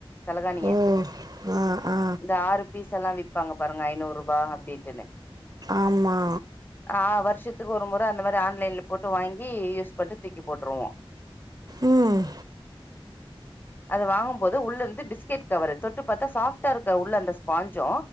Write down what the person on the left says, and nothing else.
தலகாணிய
இந்த ஆறு.. பீஸ் எல்லா விப்பாங்க பாருங்க ஐநூறு ரூபா அப்படின்ட்டுனு..
ஆ வருஷத்துக்கு ஒரு முற அந்த மாரி ஆன்லைன்ல போட்டு வாங்கி யூஸ் பண்ட்டு தூக்கி போட்ருவோ.
அத வாங்கும்போது உள்ள இருந்து பிஸ்கெட் கவரு. தொட்டு பாத்தா சாஃப்ட்டா இருக்கு உள்ள அந்த ஸ்பாஞ்சு.